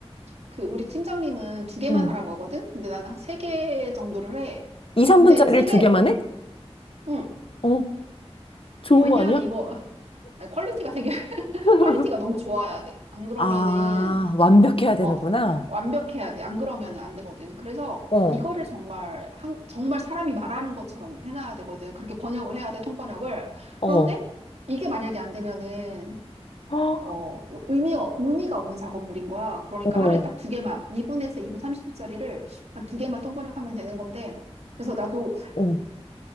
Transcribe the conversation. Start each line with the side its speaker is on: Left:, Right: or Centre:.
Right: 그 우리 팀장님은 두 개만
Left: 응.
Right: 하라고 하거든? 근데 나는 한 세 개 정도를 해.
Left: 2, 3분짜리를
Right: 근데 세 개,
Left: 두 개만 해?
Right: 응.
Left: 어, 좋은
Right: 왜냐하면
Left: 거 아니야?
Right: 이거 아니, 퀄리티가 되게 <laughs>
Left: <laughs>
Right: 퀄리티가 너무 좋아야 돼. 안 그러면은
Left: 아, 완벽해야 되는구나.
Right: 어 완벽해야 돼. 안 그러면은 안 되거든. 그래서
Left: 어,
Right: 이거를 정말 한 정말 사람이 말하는 것처럼 해놔야 되거든. 그렇게 번역을 해야 돼. 통번역을.
Left: 어,
Right: 그런데 이게 만약에 안 되면은
Left: 어,
Right: 어, 의미, 의미가 없는 작업물인 거야. 그러니까
Left: 어,
Right: 하루에 딱 두 개만, 2분에서 2분 30초짜리를 한 두 개만 통번역하면 되는 건데, 그래서 나도
Left: 어.